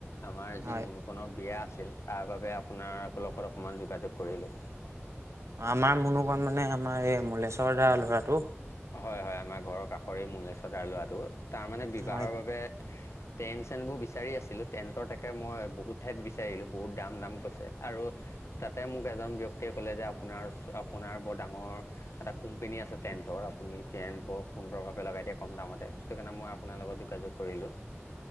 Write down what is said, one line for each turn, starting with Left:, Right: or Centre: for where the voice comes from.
Left: আমাৰ যি
Right: হয়
Left: মুনু কনৰ বিয়া আছিল তাৰ বাবে আপোনাৰ লগত অকমান যোগাযোগ কৰিলো।
Right: আমাৰ মুনুকণ মানে আমাৰ এই মলেশ্বৰ দাৰ ল'ৰাটো?
Left: হয়, হয়, আমাৰ ঘৰৰ কাষৰে মুলেশ্বৰ দাৰ ল'ৰাটো তাৰমানে বিবাহৰ
Right: হয়
Left: বাবে
Right: <inaudible>
Left: টেন্ট চেণ্ট বোৰ বিচাৰি আছিলোঁ, টেণ্টৰ তাকে মই বহুত ঠাইত বিচাৰিলোঁ বহুত দাম দাম কৈছে আৰু তাতে মোক এজন ব্যক্তিয়ে ক'লে যে, আপোনাৰ আপোনাৰ বৰ ডাঙৰ এটা কোম্পানী আছে টেন্টৰ। আপুনি টেণ্ট বৰ সুন্দৰভাৱে লগাই দিয়ে কম দামতে সেইটো কাৰণে, মই আপোনাৰ লগত যোগাযোগ কৰিলো।